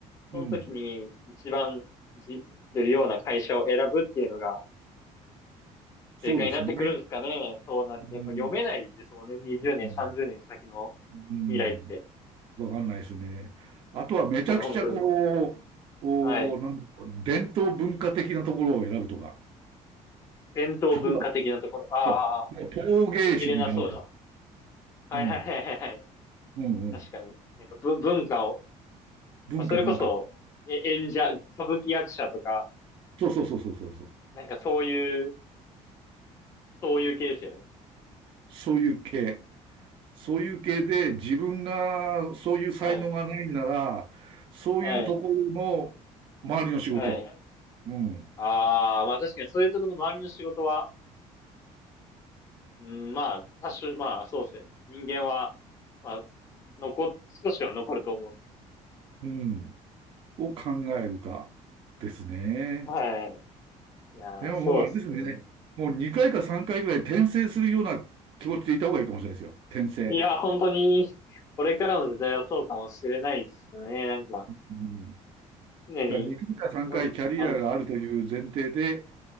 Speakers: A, on the left; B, on the right.
A: その時に一番じ、
B: うん、
A: するような会社を選ぶっていうのが
B: そうですね。
A: 正解になってくるんですかね。そうなると、
B: うん
A: やっぱ読めないですもんね。20年、
B: う
A: 30年先の
B: ん、うん
A: 未来って。
B: わかんないですね。あとはめちゃくちゃこ
A: いや、本当に。
B: う、お、
A: はい。
B: なんだろう伝統文化的なところを選ぶとか、
A: 伝統文化的なところ。
B: 例えば、
A: ああ、
B: そう、ね陶芸師になるとか、
A: 途切れなそうな。はいはいはいはいはい。
B: うん、うん、うん、
A: 確かに。なんかぶ文化を、
B: 文化、
A: まあ、それこそ、
B: 文化。
A: え演者、歌舞伎役者とか、
B: そうそうそうそうそうそう。
A: なんかそういうそういう系ですよね。
B: そういう系。そういう系で自分がそういう才能がないなら、
A: はい。
B: そういうところの周りの仕事、
A: はい。はい。
B: うん、
A: ああ、まあ確かにそういうところの周りの仕事は、うん、まあ、多種、まあそうですね。人間は、まあ、残、少しは残ると思うんで。
B: うん、を考えるかですね。
A: はい。いやー、
B: でももうあれですよね。
A: そうですね。
B: もう2回か3回ぐらい転生するような気持ちでいた方がいいかもしれないですよ。転生。
A: いや、本当に、これからの時代はそうかもしれないですね。なんか、
B: うん。
A: 常に、
B: だから2回か3回キャリアがあるという前提で、
A: うんうん